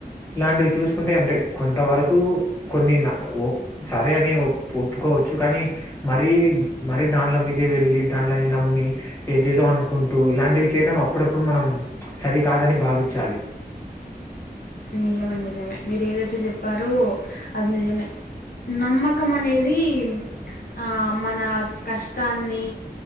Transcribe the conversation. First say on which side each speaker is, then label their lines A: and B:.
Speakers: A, on the left; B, on the left.
A: ఇలాంటివి చూసుకుంటే అంటే కొంత వరకు కొన్ని న ఓ సరే అని ఒప్ ఓపుకోవచ్చు కానీ మరీ మరి దాంలే మీదే వెళ్లి దాన్లని నమ్మి ఏదేదో అనుకుంటూ ఇలాంటివి చేయడం అప్పుడప్పుడు మనం సరికాదని భావించాలి
B: నిజమే నిజమే మీరు ఏదైతే చెప్పారో అది నిజమే నమ్మకం అనేది ఆ మన కష్టాన్ని